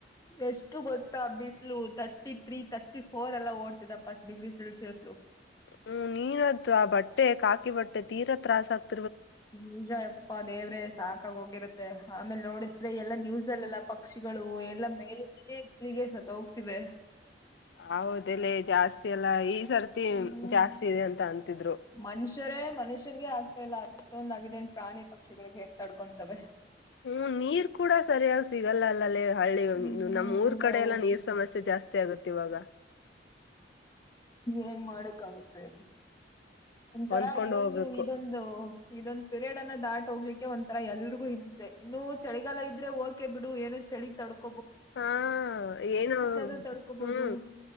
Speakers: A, on the left; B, on the left.
A: ಎಷ್ಟು ಗೊತ್ತಾ ಬಿಸಲು ತರ್ಟಿ ಥತ್ರೀ ತರ್ಟಿ ಫೋರ್ ಎಲ್ಲ ಓಡ್ತಿದ ಪಸ್ ಡಿಗ್ರಿ ಸೆಲ್ಸಿಯಸ್
B: ಹ್ಮ್ ನೀನ್ದು <unintelligible> ಆ ಬಟ್ಟೆ ಕಾಕಿ ಬಟ್ಟೆ ತೀರಾ ತ್ರಾಸ ಆಗ್ತದೆ
A: ನಿಜ ಅಪ್ಪಾ ದೇವ್ರೆ ಸಾಕಾಗಿ ಹೋಗಿರತ್ತೆ ಆಮೇಲೆ ನೋಡಿದ್ರೆ ಎಲ್ಲಾ ನ್ಯೂಸ್ಲ್ಲೆಲ್ಲ ಪಕ್ಷಿಗಳು ಎಲ್ಲಾ ಮೇಲಿಂದೇ <unintelligible> ಇಲಿಗೆ ಸತ್ ಹೋಗ್ತಿವೆ
B: ಹೌದಲ್ಲ ಜಾಸ್ತಿ ಅಲ್ಲಾ ಈ ಸರ್ತಿ
A: ಹ್ಮ್
B: ಜಾಸ್ತಿ ಇದೆ ಅಂತ ಅಂತಿದ್ರು
A: ಮನುಷ್ಯರೇ ಮನುಷ್ಯನ್ರಿಗೆ ಆಗ್ತಾ ಇಲ್ಲ ಇಷ್ಟೊಂದ ಆಗಾಗಿದೆ ನ್ ಪ್ರಾಣಿ ಪಕ್ಷಿಗಳಿಗೆ ಹೆೇಗ್ತಾಡ್ಕೊಂತವೆ
B: ಹ್ಮ್ ನೀರ್ ಕೂಡ ಸರಿಯಾಗಿ ಸಿಗಲ್ಲ ಅಲ್ಲೇ ಹಳ್ಳಿ ಒಂದು
A: ಹ್ಮ್
B: ನಮ್ಮ್ ಊರ್ ಕಡೆ
A: ಹೌದು
B: ಎಲ್ಲ ನೀರ್ ಸಮಸ್ಯೆ ಜಾಸ್ತಿ ಆಗುತ್ತೆ ಇವಾಗ
A: ಏನ್ ಮಾಡಕ್ಕಾಗುತ್ತೆ ಒಂಥರ
B: ಹೊಂದ್ಕೊಂಡ್
A: ಇದೊಂದು
B: ಹೋಗ್ಬೇಕು
A: ಇದೊಂದು ಇದೊಂದ್ ಪಿರಯಡ್ ಅನ್ನ ದಾಟ್ ಹೋಗ್ಲಿಕ್ಕೆ ಒಂಥರ ಎಲ್ರಿಗೂ ಹಿಂಸೆ ಇನ್ನುೂ ಚಳಿಗಾಲ ಇದ್ರೆ ಓಕೆ ಬಿಡು ಏನು ಚಳಿ ತಡ್ಕೋ
B: ಹಾ ಏನು
A: ಆದ್ರೂ ತಡ್ಕೋಬಹುದು
B: ಹ್ಮ್